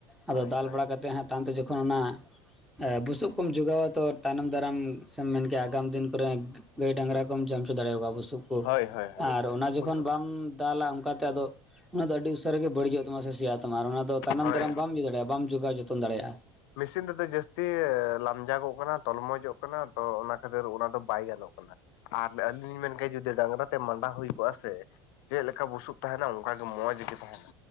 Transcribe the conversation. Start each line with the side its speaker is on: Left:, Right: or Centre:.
Centre: ᱟᱫᱚ
Left: ᱦᱳᱭ
Centre: ᱫᱟᱞ
Left: ᱦᱳᱭ
Centre: ᱵᱟᱲᱟ ᱠᱟᱛᱮᱜ ᱦᱟᱸᱜ ᱛᱟᱭᱚᱢᱛᱮ ᱡᱚᱠᱷᱚᱱ ᱛᱚᱠᱷᱚᱱ ᱚᱱᱟ ᱵᱩᱥᱩᱵ ᱠᱚᱢ ᱡᱚᱜᱟᱣᱟ ᱛᱚ ᱛᱟᱭᱱᱚᱢ ᱫᱟᱨᱟᱢ ᱥᱮᱢ ᱢᱮᱱᱠᱮᱭᱟ ᱟᱜᱟᱢ ᱫᱤᱱ ᱠᱚᱨᱮ ᱜᱟᱹᱭ ᱰᱟᱝᱨᱟ ᱠᱚᱢ ᱡᱚᱢ ᱚᱪᱚ ᱫᱟᱲᱮᱣᱟ ᱠᱚᱣᱟ ᱵᱚᱥᱩᱵ ᱵᱩᱥᱩᱵ ᱠᱚ
Left: ᱦᱳᱭ ᱦᱳᱭ ᱦᱳᱭ
Centre: ᱟᱨ ᱚᱱᱟ ᱡᱚᱠᱷᱚᱱ
Left: ᱵᱩᱥᱩᱵ
Centre: ᱵᱟᱢ ᱫᱟᱞᱟ ᱚᱱᱠᱟᱛᱮ ᱟᱫᱚ ᱚᱱᱟ ᱫᱚ ᱟᱹᱰᱤ ᱩᱥᱟᱹᱨᱟ ᱜᱮ ᱵᱟᱹᱲᱤᱡᱚᱜ ᱛᱟᱢᱟ ᱛᱟᱢᱟ ᱥᱮᱭᱟᱜ ᱛᱟᱢ ᱟᱨ ᱚᱱᱟ ᱫᱚ ᱛᱟᱭᱱᱚᱢ
Left: ᱦᱳᱭ
Centre: ᱫᱟᱨᱟᱢ ᱵᱟᱢ ᱤᱭᱟᱹ ᱫᱟᱲᱮᱭᱟᱜᱼᱟ ᱵᱟᱢ ᱡᱚᱜᱟᱣ ᱡᱚᱛᱚᱱ ᱫᱟᱲᱮᱭᱟᱜᱼᱟ
Left: ᱢᱤᱥᱤᱱ ᱛᱮᱫᱚ ᱡᱟᱹᱥᱛᱤ ᱞᱟᱢᱡᱟᱜᱚᱜ ᱠᱟᱱᱟ ᱛᱚᱞᱢᱚᱡᱚᱜ ᱠᱟᱱᱟ ᱛᱚ ᱚᱱᱟ ᱠᱷᱟᱹᱛᱤᱨ ᱚᱱᱟ ᱫᱚ ᱵᱟᱭ ᱜᱟᱱᱚᱜ ᱠᱟᱱᱟ ᱟᱨ ᱟᱹᱞᱤᱧ ᱞᱤᱧ ᱢᱮᱱ ᱠᱮᱜᱼᱟ ᱡᱩᱫᱤ ᱰᱟᱝᱨᱟ ᱛᱮ ᱢᱟᱸᱰᱟ ᱦᱩᱭ ᱠᱚᱜᱼᱟ ᱥᱮ ᱪᱮᱫ ᱞᱮᱠᱟ ᱵᱩᱥᱩᱵ ᱛᱟᱦᱮᱸᱱᱟ ᱚᱱᱠᱟᱜᱮ ᱢᱚᱡᱽ ᱜᱮ ᱛᱟᱦᱮᱸᱱᱟ